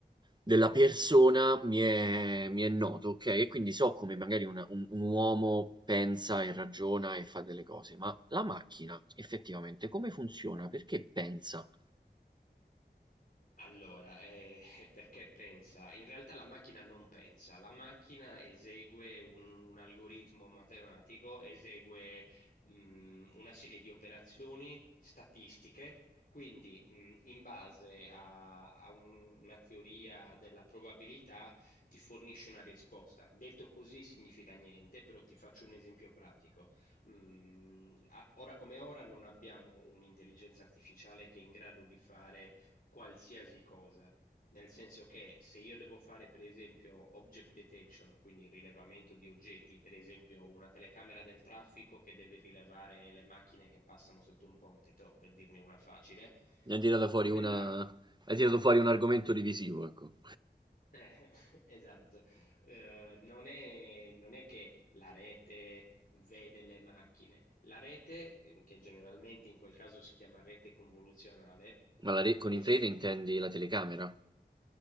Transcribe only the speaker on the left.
Allora, eh, <laughs> è perché pensa, in realtà la macchina non pensa, la macchina esegue un, un algoritmo matematico, esegue mh, una serie di operazioni statistiche, quindi mh, in base a, a un- una teoria della probabilità ti fornisce una risposta. Detto così significa niente, però ti faccio un esempio pratico. Mm, a- ora come ora non abbiamo un'intelligenza artificiale che è in grado di fare qualsiasi cosa, nel senso che se io devo fare per esempio object detection, quindi il rilevamento di oggetti, per esempio una telecamera del traffico che deve rilevare le macchine che passano sotto un ponte, toh, per dirne una facile,
quella...
eh, <laughs> esatto, Eh, non è, non è che la rete vede le macchine, la rete, eh, che generalmente in quel caso si chiama rete convoluzionale,
esegue.